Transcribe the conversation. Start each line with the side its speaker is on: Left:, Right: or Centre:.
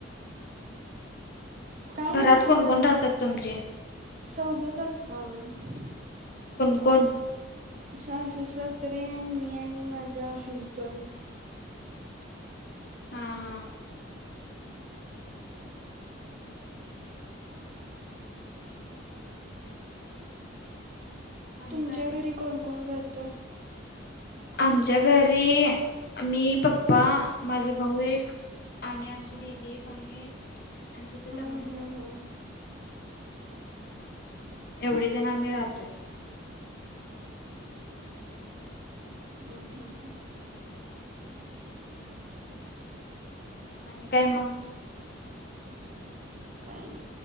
Right: काय
Left: घरात
Right: नाही शिफाम
Left: कोणकोण राहतात तुमचे?
Right: चौघच असतो आम्ही
Left: कन
Right: सासू सासरे आणि मी आणि माझा हजबंड
Left: हा हा आणि
Right: तुमच्या
Left: काय मग?
Right: घरी कोण कोण राहत
Left: आमच्या घरी मी पप्पा माझा भाऊ एक आणि आमची दिीदी एक आहे आणि तिथ
Right: हां
Left: लग्न
Right: हां
Left: जात
Right: हां
Left: एवढे जण आम्ही राहतोय
Right: ह हा ह
Left: हम्म आणि काय म
Right: काहीनी